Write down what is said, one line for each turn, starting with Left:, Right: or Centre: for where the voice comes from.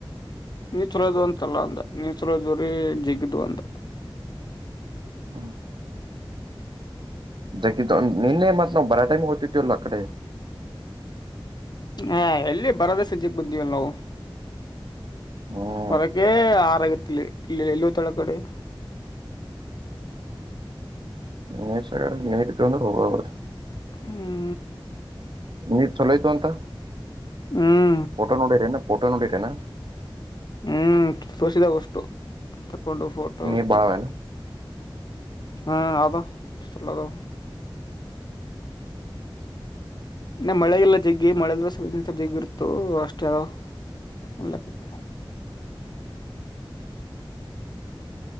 Left: ನೀರ್ ಚಲೋದು ಅಂತಲ್ಲ ಅಂದ ನೀಚಲೋದ್ರರಿ ಜಿಗ್ದ್ವು ಅಂದ.
Right: ಹ್ಮ್ ಜಗ್ಗಿದ ನಿನ್ನೆ ಮತ್ ನಾ ಬರ ಟೈಮ್ ಹೋಗ್ತಿದ್ಯಲ್ಲ ಅ ಕಡೆ.
Left: ಹಾ ಎಲ್ಲಿ ಬರದ ಸಂಜಿಗ್ ಬಂದಿವಲ್ ನಾವು.
Right: ಹ್ಮ್
Left: ಬರಕ್ಕೆ ಆರಗ್ಯತ್ಲೆ ಇಲ್ ಎಲ್ಲೋ ತಳ ಗಡೆ.
Right: ಮೇಷ ಗಾರನ್ ಮೇರಿ ತೊಂದ್ರೆ <unintelligible>
Left: ಹ್ಮ್
Right: ನೀರ್ ಚಲೋ ಐತಂತ.
Left: ಉಮ್
Right: ಫೋಟೋ ನೋಡಿರೇನಾ ಫೋಟೋ ನೋಡಿರೇನ.
Left: ಹ್ಮ್ ತೋರ್ಸಿದ ಅವಷ್ಟು ತಕೊಂಡು ಫೋಟೋ
Right: ನೀರ್
Left: ಅದು
Right: ಬಾಳವೇನ
Left: ಇದು ಹಾ ಅದು ಚಲ್ ಅದಾವನ್ ಇನ್ನ ಮಳೆಗೆಲ್ಲ ಜಗ್ಗಿ ಮಳೆ ಸ್ವಲ್ಪ <unintelligible> ಜಗ್ ಇರುತ್ತು ಅಷ್ಟ <unintelligible>